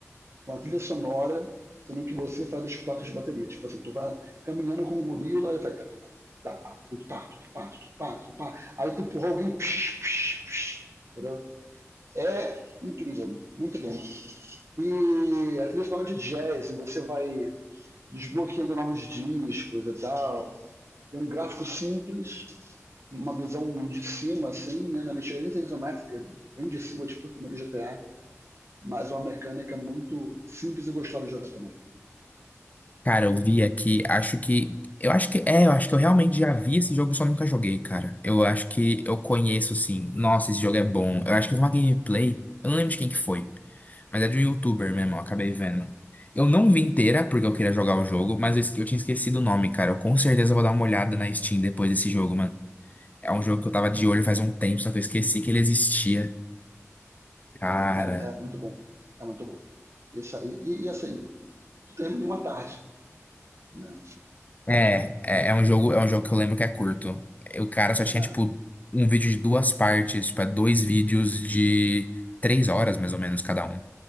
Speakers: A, on the right; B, on the left.
A: com a trilha sonora, sendo que você faz os pratos de bateria. Tipo assim, tu vai caminhando com um gorila e vai. Tá, tá, tá, tá, tá, tá, tá, tá, Aí tu empurra alguém. Psh, psh, psh, entendeu? É incrível, muito bom. E a trilha sonora de jazz, você vai desbloqueando novos discos e tal. Tem um gráfico simples, uma visão de cima, assim, né, na mexerinha isométrica, bem de cima, tipo o primeiro GTA, mas uma mecânica muito simples e gostosa de jogar também.
B: Cara, eu vi aqui, acho que. Eu acho que. É, eu acho que eu realmente já vi esse jogo, só nunca joguei, cara. Eu acho que eu conheço, sim. Nossa, esse jogo é bom. Eu acho que eu vi uma gameplay. Eu não lembro de quem que foi. Mas é de um youtuber mesmo, eu acabei vendo. Eu não vi inteira, porque eu queria jogar o jogo, mas eu, esque- eu tinha esquecido o nome, cara. Eu com certeza vou dar uma olhada na Steam depois desse jogo, mano. É um jogo que eu tava de olho faz um tempo, só que eu esqueci que ele existia. Cara.
A: Cara, é muito bom. É muito bom. Isso aí, e, e assim, tu termina em uma tarde, né?
B: É, é, é um jogo, é um jogo que eu lembro que é curto. O cara só tinha,
A: É.
B: tipo, um vídeo de duas partes, tipo, é dois vídeos de três horas, mais ou menos, cada um.